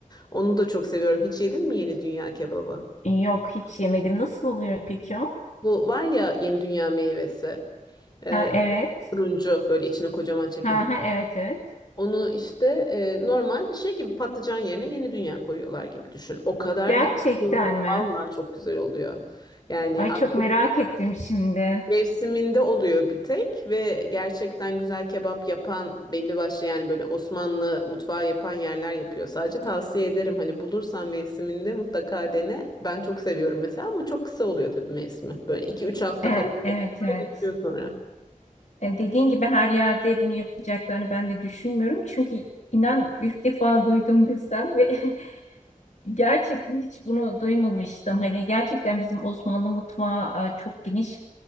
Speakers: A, on the left; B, on the left.
A: Onu da çok seviyorum. Hiç yedin mi yeni dünya kebabı?
B: Yok hiç yemedim. Nasıl oluyor peki o?
A: Bu var ya yeni dünya meyvesi. Ee,
B: Ha evet.
A: turuncu böyle içine kocaman çekirdek.
B: Ha ha evet evet.
A: Onu işte e, normal şey gibi patlıcan yerine yeni dünya koyuyorlar gibi düşün. O kadar
B: Gerçekten
A: güzel oluyor.
B: mi?
A: Vallahi çok güzel oluyor. Yani
B: Ay
A: artık
B: çok merak ettim şimdi.
A: mevsiminde oluyor bir tek ve gerçekten güzel kebap yapan belli başlı yani böyle Osmanlı mutfağı yapan yerler yapıyor. Sadece tavsiye ederim hani bulursan mevsiminde mutlaka dene. Ben çok seviyorum mesela ama çok kısa oluyor tabii mevsimi. Böyle iki üç hafta
B: E,
A: falan
B: evet
A: yapıyorlar
B: evet.
A: geçiyor sonra.
B: E, dediğin gibi her yerde bunu yapacaklarını ben de düşünmüyorum. Çünkü inan ilk defa duydum desem ve <laughs> Gerçekten hiç bunu duymamıştım. Hani gerçekten bizim Osmanlı mutfağı e, çok geniş.